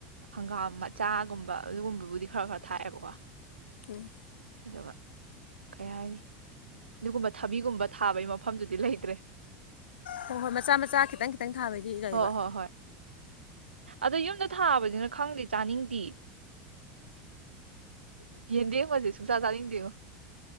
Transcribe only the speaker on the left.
ꯎꯝ
ꯍꯣꯏ ꯍꯣꯏ ꯃꯆꯥ ꯃꯆꯥ ꯈꯤꯇꯪ ꯈꯤꯇꯪ ꯊꯥꯕꯩꯗꯤ ꯂꯩꯕ